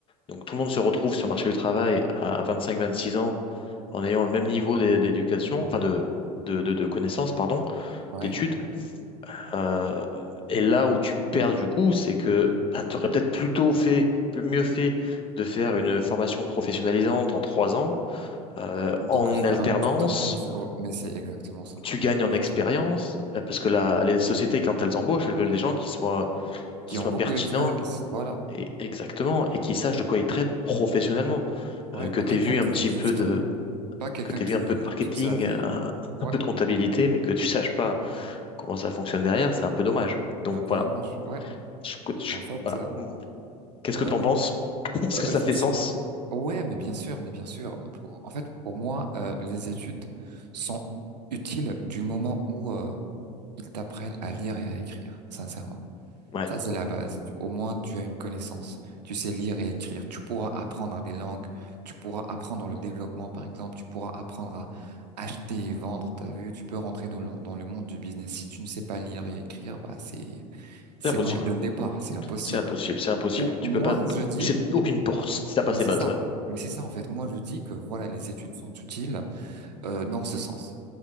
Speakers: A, on the left; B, on the right.
A: Donc tout le monde se retrouve sur le marché du travail à 25-26 ans en ayant le même niveau d'é- d'éducation, enfin de, de, de, de connaissances, pardon,
B: ouais.
A: d'études. Euh, et là où tu perds du coup, c'est que bah, tu aurais peut-être plutôt fait, plus mieux fait de faire une formation professionnalisante en trois ans, euh,
B: Plutôt
A: en
B: que de
A: alternance.
B: faire un tout un cours. oh, mais c'est exactement ça.
A: Tu gagnes en
B: Exactement.
A: expérience, euh, parce que la, les sociétés, quand elles embauchent, elles veulent des gens qui soient, qui
B: Qui
A: soient
B: ont beaucoup
A: pertinents,
B: d'expérience. Voilà.
A: et, exactement, et qui sachent de quoi ils traitent professionnellement.
B: Ouais,
A: Euh, que
B: pas
A: tu
B: quelqu'un
A: aies vu un
B: qui
A: petit
B: va juste,
A: peu de,
B: euh, pas quelqu'un
A: que tu
B: qui,
A: aies vu un peu de marketing,
B: toute sa vie.
A: un,
B: Ouais,
A: un peu de comptabilité, mais que tu saches pas comment ça fonctionne derrière, c'est un peu dommage. Donc
B: c'est un peu
A: voilà.
B: dommage. Ouais.
A: Je- je-
B: En fait,
A: voilà.
B: euh,
A: Qu'est-ce que
B: ouais,
A: tu
B: ouais.
A: en penses? <laughs> Est-ce
B: Euh,
A: que ça
B: je
A: fait sens?
B: suis Ouais, mais bien sûr, mais bien sûr. Pour- En fait, pour moi, euh, les études sont utiles du moment où euh, ils t'apprennent à lire et à écrire, sincèrement.
A: Ouais,
B: Ça, c'est la base. Tu- Au moins, tu as une connaissance. Tu sais lire et écrire. Tu pourras apprendre des langues. Tu pourras apprendre le développement, par exemple. Tu pourras apprendre à acheter et vendre. T'as vu, tu peux rentrer dans le, dans le monde du business. Si tu ne sais pas lire et écrire, bah, c'est, c'est
A: c'est impossible.
B: mort dès le départ. C'est impossible.
A: C'est impossible, c'est impossible.
B: Du coup,
A: Tu
B: moi,
A: peux pas
B: je dis,
A: c'est aucune porte si t'as pas
B: mais
A: ces
B: c'est
A: bases-là.
B: ça. Mais c'est ça en fait. Moi, je dis que voilà, les études sont utiles euh, dans ce sens.